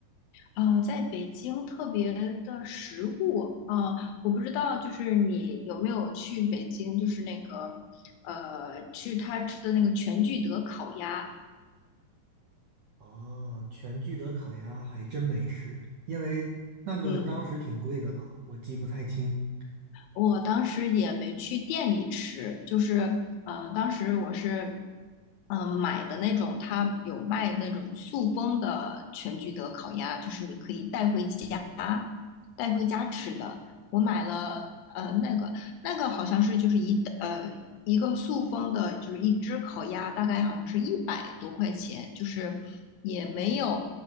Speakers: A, on the left; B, on the right.
A: 呃，在北京特别的食物，呃，我不知道，就是你有没有去北京，就是那个呃，去他吃的那个全聚德烤鸭，
B: 哦，全聚德烤鸭还真没吃，因为那个当时挺贵的吧，
A: 嗯。
B: 我记不太清。
A: 我当时也没去店里吃，就是呃，当时我是嗯、呃买的那种，他有卖那种塑封的全聚德烤鸭，就是你可以带回家带回家吃的。我买了呃那个那个好像是就是一呃一个塑封的，就是一只烤鸭，大概好像是一百多块钱，就是也没有。